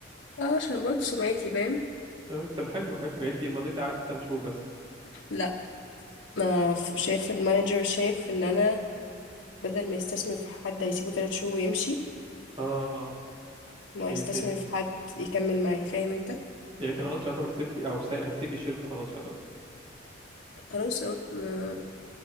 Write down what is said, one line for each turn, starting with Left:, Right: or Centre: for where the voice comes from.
Left: اه عشان برضه سمعتي فاهم
Right: تمام طب حلو حلو يعني انت مضيتي عقد ثلاث شهور بس
Left: لا ما ف- شايف المانجر شايف ان انا بدل ما يستثمر في حد هيسيبه ثلاث شهور ويمشي
Right: اه اه اوكي
Left: ما يستثمر
Right: فهمت
Left: في حد يكمل معي فاهم انت
Right: يعني انت خلاص يعتبر سبتي او سي... هتسيبي الشركه خلاص يعتبر
Left: خلاص اه ما-